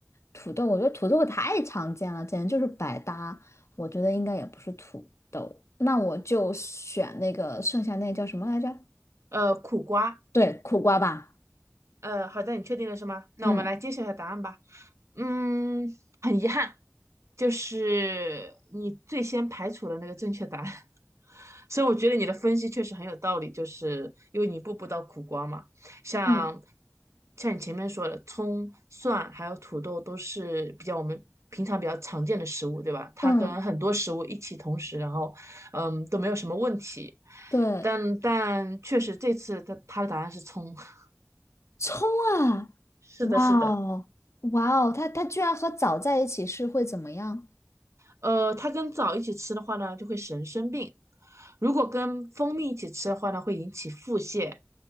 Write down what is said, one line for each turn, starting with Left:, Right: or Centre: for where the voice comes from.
Left: 土豆，我觉得土豆太常见了，简直就是百搭。我觉得应该也不是土豆，那我就选那个剩下那叫什么来着？
Right: 呃，苦瓜。
Left: 对，苦瓜吧。
Right: 呃，好的，你确定了是吗？那我们来揭晓一下答案吧。
Left: 嗯
Right: 嗯，很遗憾，就是你最先排除了那个正确答案，<laughs> 所以我觉得你的分析确实很有道理，就是因为你一步步到苦瓜嘛，像
Left: <laughs> 嗯
Right: 像你前面说的，葱、蒜还有土豆都是比较我们平常比较常见的食物，对吧？它跟很多食物一起同时，
Left: 嗯，
Right: 然后嗯都没有什么问题，
Left: 对，
Right: 但但确实这次他他的答案是葱，<laughs>
Left: 葱啊，
Right: 是的，
Left: 哇哦哇哦，
Right: 是的。
Left: 它它居然和枣在一起是会怎么样？
Right: 呃，它跟枣一起吃的话呢，就会使人生病；如果跟蜂蜜一起吃的话呢，会引起腹泻。